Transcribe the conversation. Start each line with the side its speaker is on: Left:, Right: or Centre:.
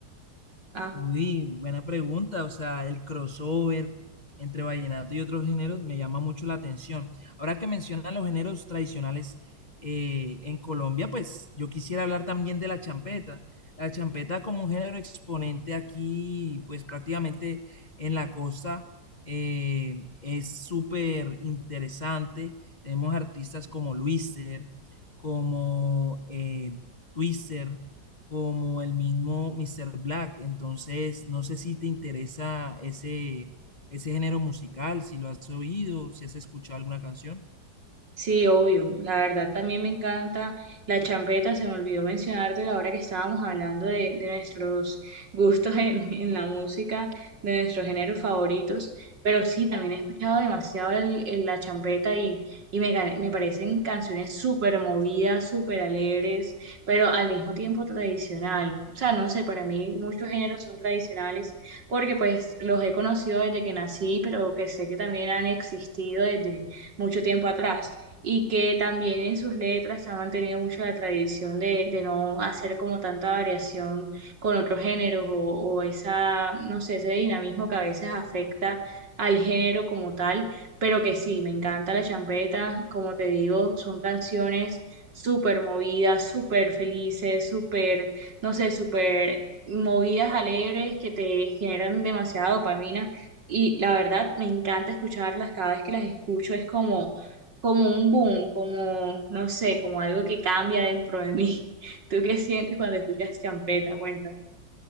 Right: Ah.
Left: Uy, buena pregunta. O sea, el crossover entre vallenato y otros géneros me llama mucho la atención. Ahora que mencionan los géneros tradicionales eh, en Colombia, pues yo quisiera hablar también de la champeta. La champeta como un género exponente aquí, pues prácticamente en la costa, eh, es súper interesante. Tenemos artistas como Luiser, como eh, Twister como el mismo Mr. Black. Entonces, no sé si te interesa ese, ese género musical, si lo has oído, si has escuchado alguna canción.
Right: Sí, obvio. La verdad también me encanta la champeta. Se me olvidó mencionarte la hora que estábamos hablando de, de nuestros gustos en, <laughs> en la música, de nuestros géneros favoritos. Pero sí, también he escuchado demasiado el- el- la champeta y, y me, ca- me parecen canciones súper movidas, súper alegres, pero al mismo tiempo tradicional. O sea, no sé, para mí muchos géneros son tradicionales porque pues los he conocido desde que nací, pero que sé que también han existido desde mucho tiempo atrás y que también en sus letras han mantenido mucho la tradición de, de no hacer como tanta variación con otros géneros o, o esa, no sé, ese dinamismo que a veces afecta al género como tal, pero que sí, me encanta la champeta, como te digo, son canciones súper movidas, súper felices, súper, no sé, súper movidas alegres que te generan demasiada dopamina y la verdad me encanta escucharlas, cada vez que las escucho es como como un boom, como, no sé, como algo que cambia dentro de mí. <laughs> ¿Tú qué sientes cuando escuchas champeta? Cuéntame.